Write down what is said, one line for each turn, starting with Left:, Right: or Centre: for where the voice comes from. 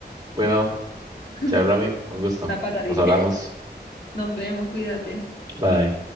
Right: Bueno,
Left: <laughs>
Right: chao, Rami, un gusto.
Left: La pata,
Right: Nos
Left: dime.
Right: hablamos.
Left: Nos vemos, cuídate.
Right: Bye.